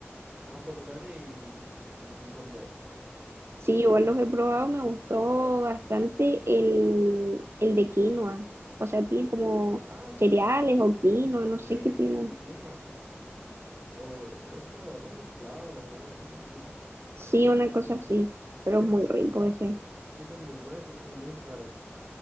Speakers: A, on the right; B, on the right.
A: más populares y, y sí son buenos.
B: sí, igual los he probado, me gustó bastante el, el de quinoa. O sea, tiene como
A: Ah, sí,
B: cereales o quinoa,
A: sí
B: no sé
A: creo que
B: qué tienen.
A: sí es de quinoa. O es como de arroz inflado o una cosa así.
B: Sí, una cosa así, pero
A: Es
B: es muy
A: bueno.
B: rico ese.
A: Sí son muy buenos, pero son muy caros.